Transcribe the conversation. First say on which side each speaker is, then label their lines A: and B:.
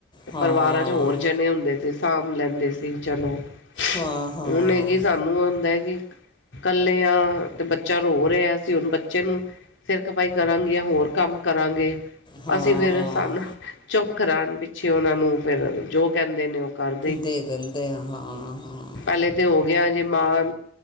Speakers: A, on the left (about 25°); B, on the left (about 70°).
A: ਹਾਂ
B: ਪਰਿਵਾਰਾਂ ਚ ਹੋਰ ਜਣੇ ਹੁੰਦੇ ਸੀ ਸਾਂਭ ਲੈਂਦੇ ਸੀ ਚਲੋ,
A: ਹਾਂ ਹਾਂ
B: ਹੁਣ ਹੈ ਕਿ ਸਾਨੂੰ ਹੁੰਦਾ ਹੈ, ਕਿ ਕੱਲੇ ਆਂ, ਤੇ ਬੱਚਾ ਰੋ ਰਿਹਾ ਅਸੀ ਹੁਣ ਬੱਚੇ ਨੂੰ, ਸਿਰ ਖਪਾਈ ਕਰਾਂਗੇ ਯਾ ਹੋਰ ਕੰਮ ਕਰਾਂਗੇ,
A: ਹਾਂ
B: ਅਸੀਂ ਫੇਰ
A: ਹਾਂ
B: ਸਾਨੂੰ ਚੁੱਪ ਕਰਾਉਨ ਪਿੱਛੇ ਉਹਨਾਂ ਨੂੰ ਫੇਰ ਜੋ ਕਹਿੰਦੇ ਨੇ ਉਹ ਕਰ
A: ਦੇ ਦਿੰਦੇ ਆ ਹਾਂ, ਹਾਂ।
B: ਹਲੇ ਤੇ ਹੋ ਗਿਆ, ਜੇ ਮਾਂ